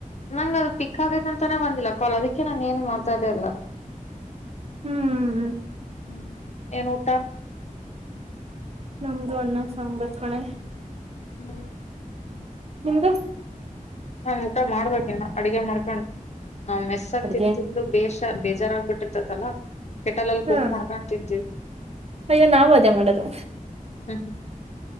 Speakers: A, on the left (about 50°); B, on the right (about 45°).
A: ನಂಗ ಅದು ಪಿಕ್ ಆಗೈತ ಅಂತಾನೇ ಬಂದಿಲ್ಲ ಕೊಲ್ ಅದಕ್ಕೆ ನಾನ ಏನ್ ಮಾತಾಡಿಲ್ಲ
B: ಹ್ಮ್
A: ಹ್ಮ್ ಏನ ಊಟಾ
B: ನಮ್ದು ಅನ್ನ ಸಾಂಬಾರ್ ಕಣೆ
A: ಹು
B: ನಿಮ್ದು
A: ನಾನ್ ಊಟ ಮಾಡ್ಬೇಕ ಇನ್ನ ಅಡಗೆ ಮಾಡ್ಕೊಂಡು ನಾವ್ ಮೆಸ್ಸಕ್
B: ಅಡ್ಗೆ
A: ತಿಂತಿದ ಅದು ಬೇಷ ಬೇಜಾರಾಗ ಬಿಿಟ್ಟಿರ್ತತಲ್ಲಾ ಕೆಟಲಲ್ಲಿ ಕುಕ್
B: ಹಾ
A: ಮಾಡ್ಕೊಂಡ್ ತಿಂತೀವಿ
B: ಅಯ್ಯೋ ನಾವ್ ಅದೇ ಮಾಡದು
A: ಹ ಹ